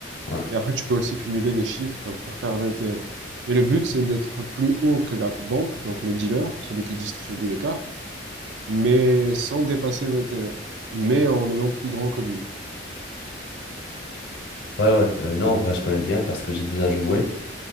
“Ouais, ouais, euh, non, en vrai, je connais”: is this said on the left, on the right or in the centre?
Left